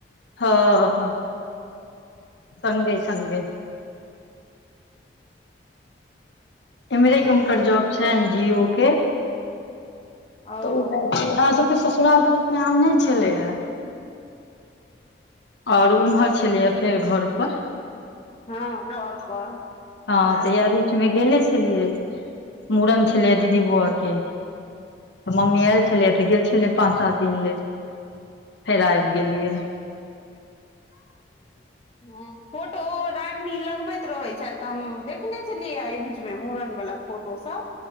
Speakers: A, on the left (about 75°); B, on the left (about 30°).
A: हँ संगे संगे। एम्हरेके हुनकर जॉब छैन जी ओ के।
B: ओ
A: त ऊ लोलहा सबके ससुराल तरफ मे आम नहि छलैय। ओर उम्हर
B: अच्छा
A: छलैया फेर घर पर।
B: ह घर पर।
A: ह
B: हैत
A: त इएह बीचमे गेले छलियै मुड़न छलै दीदी बौआ के। त मम्मी आयल छलै त गेल छलै पाँच सात दिन लेल। फेर आबि गेलियै।
B: हऽ फोटो ओ रागनी लगबैत रहै छैथ। त हम देखने छलियए एहि बीच मे मुड़न वाला फोटो सब।